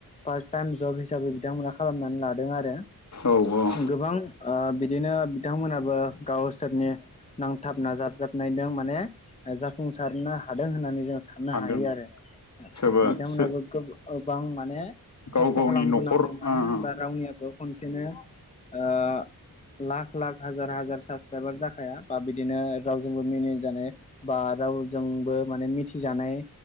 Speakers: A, on the left; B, on the left.
A: पार्ट टाइम जब हिसाबै बिथांमोना खालामनानै लादों आरो।
B: औ औ
A: गोबां ओ बिदिनो बिथांमोनाबो गावसोरनि नांथाब नाजाजाबनायजों माने जाफुंसारनो हादों होननानै जों साननो
B: हादों
A: हायो आरो।
B: सोरबा
A: बिथांमोनाबो
B: सो
A: गोबां माने
B: गाव
A: खस्थ'
B: गावनि
A: खालामबोनांदों
B: न'खर
A: मानो
B: ओ
A: होनबा रावनियाबो खनसेनो ओ लाख लाख हाजार हाजार साबसक्राइबार जाखाया बा बिदिनो रावजोंबो मिनिजानाय बा रावजोंबो माने मिथिजानाय